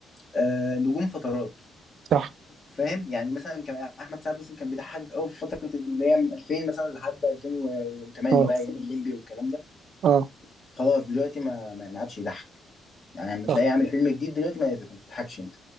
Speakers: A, on the left; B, on the right.
A: آه، نجوم فترات
B: صح
A: فاهم يعني مثلا كان احمد سعد مثلا كان بيضحكك قوي في فتره اللي هي من 2000 مثلا لحد 2008
B: اه
A: بقى ايام الليمبي والكلام ده
B: اه
A: خلاص دلوقتي ما ما ما عادش يضحك يعني لما
B: صح
A: تلاقيه عامل فيلم جديد دلوقتي ما يت- ما تضحكش انت